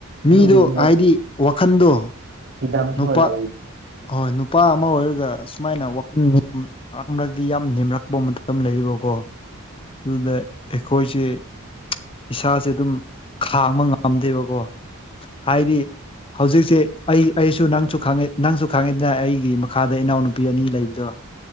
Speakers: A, on the left; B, on the right.
A: ꯃꯤꯗꯣ
B: ꯑꯗꯨꯕꯤꯅꯦ
A: ꯍꯥꯏꯗꯤ ꯋꯥꯈꯟꯗꯣ
B: ꯁꯤꯗꯥꯝꯁꯨ
A: ꯅꯨꯄꯥ
B: ꯋꯥꯂ
A: ꯍꯣꯏ ꯅꯨꯄꯥ ꯑꯃ ꯑꯣꯏꯔꯒ ꯁꯨꯃꯥꯏꯅ ꯋꯥꯈꯜ ꯃꯔ ꯃꯔꯛꯇꯤ ꯌꯥꯝ ꯅꯦꯝꯔꯛꯄ ꯃꯇꯝ ꯂꯩꯕꯀꯣ ꯑꯗꯨꯗ ꯑꯩꯈꯣꯏꯁꯦ ꯏꯁꯥꯁꯦ ꯑꯗꯨꯝ ꯈꯥꯡꯕ ꯉꯝꯗꯦꯕꯀꯣ ꯍꯥꯏꯗꯤ ꯍꯧꯖꯤꯛꯁꯦ ꯑꯩ ꯑꯩꯁꯨ ꯅꯪꯁꯨ ꯈꯪꯉꯦ ꯅꯪꯁꯨ ꯈꯪꯉꯦꯗꯅ ꯑꯩꯒꯤ ꯃꯈꯥꯗ ꯏꯅꯥꯎꯅꯨꯄꯥ ꯅꯨꯄꯤ ꯑꯅꯤ ꯂꯩꯕꯗꯣ